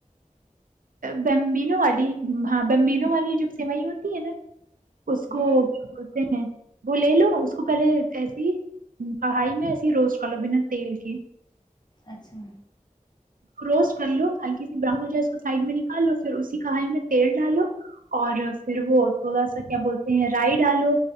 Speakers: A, on the right; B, on the left.
A: بمبی ن والی ہاں بمبینوں
B: ہ
A: والی جو سیوئیں ہوتی ہے نا اس کو
B: ہ
A: کیا بولتے ہیں وہ لے لو اس کو پہلے ایسی پڑھائی میں ایسیے روسٹ کر لو بنا تیل کے
B: اچھا
A: کروس کر لو ہلکی براؤن ہو جائے اس کو سائڈ میں نکالو پھر اسی کھائی میں تیل ڈالو اور پھر وہ تھوڑا سا کیا بولتے ہیں رائی ڈالو